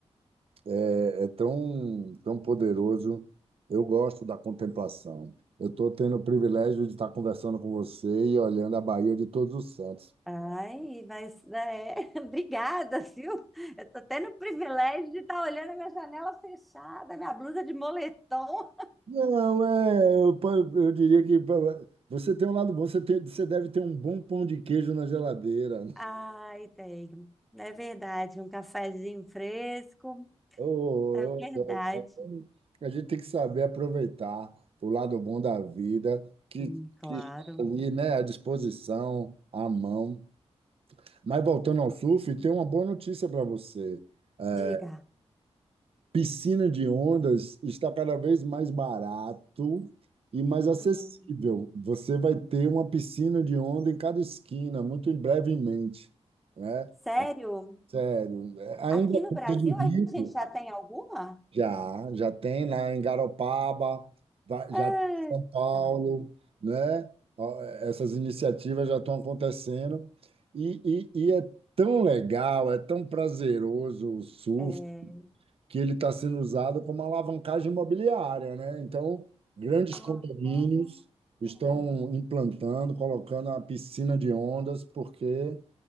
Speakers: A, on the right; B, in the centre.
A: é, é tão, tão poderoso. Eu gosto da contemplação. Eu estou tendo o privilégio de estar conversando com você e olhando a Bahia de Todos os Santos.
B: Ai, mas é, <laughs> obrigada, viu? Eu tô tendo o privilégio de estar olhando a minha janela fechada, minha blusa de moletom.
A: Não, é, eu, pa- eu diria que pa- você tem um lado bom, você tem, você deve ter um bom pão de queijo na geladeira.
B: Ai, tenho. É verdade, um cafezinho fresco.
A: Oh,
B: É verdade.
A: eu adoro. a gente tem que saber aproveitar o lado bom da vida, que,
B: Hum, claro.
A: que está ali, né, à disposição, à mão. Mas voltando ao surf, tem uma boa notícia para você. É,
B: Diga.
A: Piscina de ondas está cada vez mais barato e mais acessível.
B: Hum,
A: Você vai ter uma piscina de onda em cada esquina, muito em brevemente, né?
B: sério?
A: Sério, é- ainda
B: Aqui
A: é
B: no Brasil
A: coisa de rico,
B: a gente já tem alguma?
A: Já, já tem lá em Garopaba, vai-
B: Ah,
A: já tem em São Paulo,
B: tá.
A: né? Ó, Essas iniciativas já estão acontecendo e, e, e é tão legal, é tão prazeroso o surf
B: É,
A: que ele está sendo usado como alavancagem imobiliária, né? Então, grandes
B: ah,
A: condomínios
B: ah.
A: estão
B: ah.
A: implantando, colocando a piscina de ondas, porque